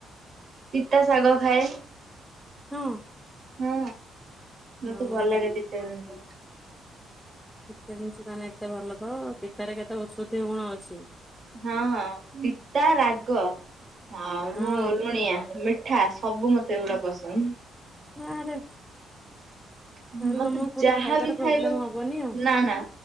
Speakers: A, on the right; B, in the centre.
A: ପିତା ଶାଗ ଖାଏ।
B: ହଁ।
A: ହଁ ମତେ
B: ଓହୋ।
A: ଭଲ ଲାଗେ ପିତା ଜିନିଷ।
B: ପତା ଜିନିଷ ତମେ ଏତେ ଭଲ ପାଅ ପିତାରେ କେତେ ଔଷଧ ଗୁଣ ଅଛି।
A: ହଁ ହଁ ପିତା ରାଗ ଆ
B: ହଁ
A: ମୁଁ ଲୁଣିଆ ମିଠାସ। ସବୁ ମତେ ଏଗୁଡା ପସନ୍ଦ।
B: ଆଁରେ
A: ମତେ
B: ଆ ତମ କୋଉଠି
A: ଯାହାବି
B: ଖାଇବାର
A: ଖାଇବା
B: ପ୍ରୋବ୍ଲେମ ହବନି ଆଉ।
A: ନା ନା।